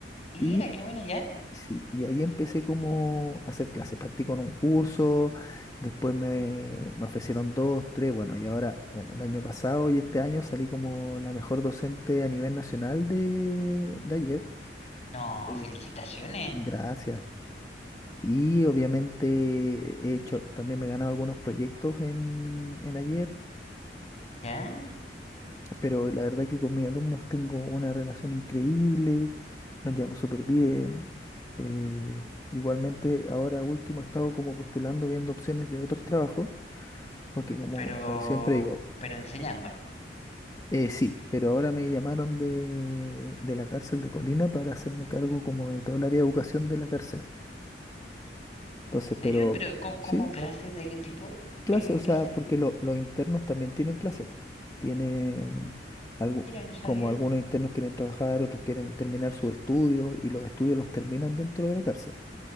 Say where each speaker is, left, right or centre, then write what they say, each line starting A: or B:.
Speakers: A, on the left; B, on the left.
A: Mira,
B: y
A: qué buena ya.
B: sí, y ahí empecé como a hacer clases. Partí con un curso, después me, me ofrecieron dos, tres, bueno, y ahora, bueno, el año pasado y este año salí como la mejor docente a nivel nacional de, de AIEP.
A: No,
B: Eh,
A: felicitaciones.
B: gracias. Y obviamente he hecho, también me he ganado algunos proyectos en, en AIEP.
A: Ya,
B: pero la verdad que con mis alumnos tengo una relación increíble, nos llevamos súper bien. eh, igualmente, ahora último he estado como postulando, viendo opciones de otros trabajos, porque como,
A: pero
B: como siempre digo,
A: pero enseñando.
B: eh, sí, pero ahora me llamaron de, de la cárcel de Colina para hacerme cargo como de todo el área de educación de la cárcel. Entonces, pero
A: ¿En serio? ¿Pero cómo, cómo
B: sí,
A: clases de qué tipo?
B: clase,
A: ¿Qué,
B: o sea,
A: qué hacen
B: porque
A: ahí?
B: lo- los internos también tienen clases, po. Tienen algo,
A: Mira, no sabía.
B: como algunos internos quieren trabajar, otros quieren terminar sus estudios y los estudios los terminan dentro de la cárcel.